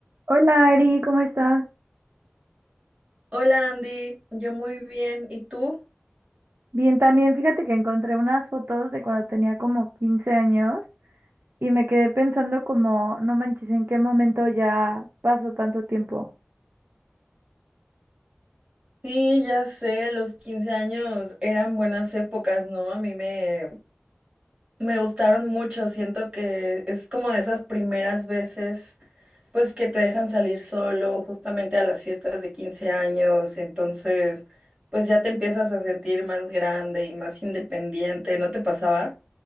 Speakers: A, on the right; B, on the right.
A: Hola Ari, ¿cómo estás?
B: Hola Andy, yo muy bien. ¿Y tú?
A: Bien, también fíjate que encontré unas fotos de cuando tenía como 15 años y me quedé pensando como, no manches, ¿en qué momento ya pasó tanto tiempo?
B: Sí, ya sé, los 15 años eran buenas épocas, ¿no? A mí me, me gustaron mucho. Siento que es como de esas primeras veces, pues que te dejan salir solo justamente a las fiestas de 15 años. Entonces, pues ya te empiezas a sentir más grande y más independiente. ¿No te pasaba?